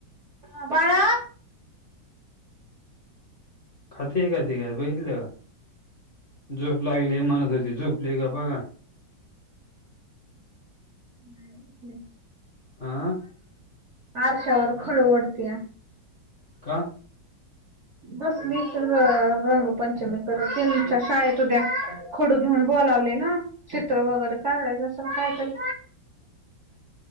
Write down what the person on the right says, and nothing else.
हं. बाळा
नाय झोपली.
आरशावर <unintelligible>
बसली <unintelligible> रंगपंचमी करत तेनच्या शाळेत उद्या खडू घ्युन बोलावलंय ना चित्र वगैरे काढायचं असल कायतरी